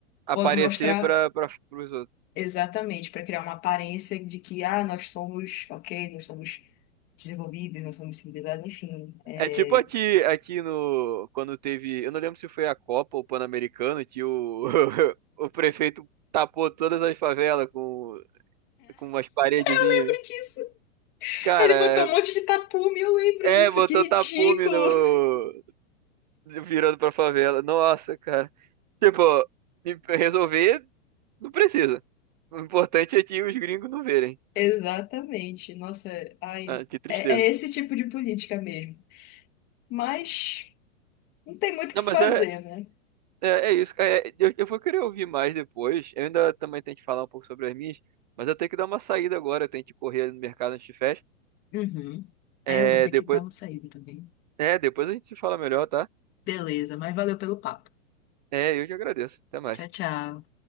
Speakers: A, on the right (about 35°); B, on the left (about 25°).
A: aparecer
B: mostrar
A: pra, pra, pros outros.
B: exatamente, para criar uma aparência de que, ah, nós somos, ok, nós somos desenvolvidos, nós somos civilizados, enfim. é.
A: É tipo aqui, aqui no, quando teve, eu não lembro se foi a Copa ou o Pan-Americano, que o, <laughs> o prefeito tapou todas as favelas com, com umas paredezinhas.
B: Lembro disso.
A: Cara,
B: Ele botou um monte de tapume, eu lembro
A: é,
B: disso,
A: botou
B: que ridículo.
A: tapume no, virando pra favela. Nossa, cara. Tipo, resolver Não precisa. O importante é que os gringos não verem.
B: Exatamente, nossa, ai,
A: Ah, que tristeza.
B: é, é esse tipo de política mesmo. Mas não tem muito o
A: Não,
B: que
A: mas
B: fazer,
A: é,
B: né?
A: é, é isso. É, eu, eu vou querer ouvir mais depois. Eu ainda também tenho que falar um pouco sobre as minhas, mas eu tenho que dar uma saída agora. Eu tenho que correr ali no mercado antes de fecha.
B: Uhum.
A: É,
B: Aí eu vou ter
A: depois,
B: que dar uma saída também.
A: é, depois a gente se fala melhor, tá?
B: Beleza, mas valeu pelo papo.
A: É, eu te agradeço. Até mais.
B: Tchau, tchau.